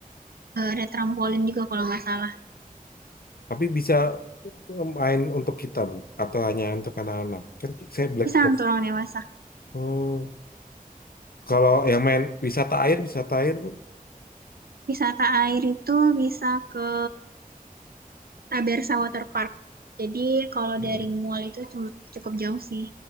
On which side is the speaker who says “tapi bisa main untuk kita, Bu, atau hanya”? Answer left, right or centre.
Left